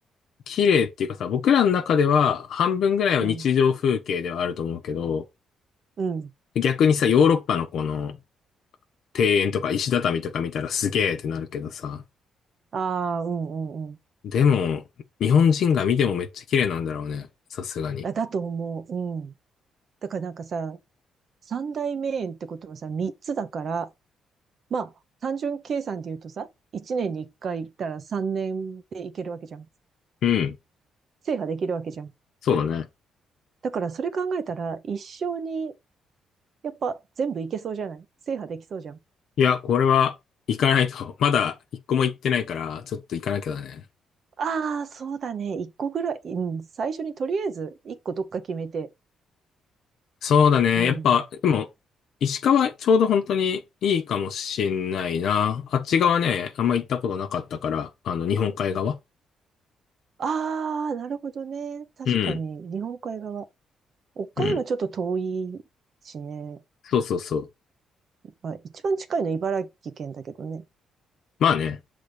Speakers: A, on the left; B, on the right.
A: 綺麗っていうかさ、僕らの中では半分ぐらいは日常風景ではあると思うけど、
B: うん。うん。
A: 逆にさ、ヨーロッパのこの庭園とか石畳とか見たらすげーってなるけどさ、
B: ああ、うんうんうん。
A: でも、日本人が見てもめっちゃ綺麗なんだろうね。さすがに。
B: あだと思う。うん。だからなんかさ、三大名園ってことはさ、三つだから、まあ、単純計算で言うとさ、一年に一回行ったら三年で行けるわけじゃん。
A: うん。
B: 制覇できるわけじゃん。
A: そうだね。
B: だからそれ考えたら、一生に、やっぱ全部行けそうじゃない制覇できそうじゃん。
A: いや、これは行かないと。まだ一個も行ってないから、ちょっと行かなきゃだね。
B: ああ、そうだね。一個ぐらい、うん、最初にとりあえず一個どっか決めて。
A: そうだね。
B: うん。
A: やっぱ、でも、石川ちょうど本当にいいかもしんないな。あっち側ね、あんま行ったことなかったから、あの、日本海側。
B: ああ、なるほどね。確かに、
A: うん。
B: 日本海側。岡山ちょっと遠いしね。
A: うん。そうそうそう。
B: まあ、一番近いのは茨城県だけどね。
A: まあね。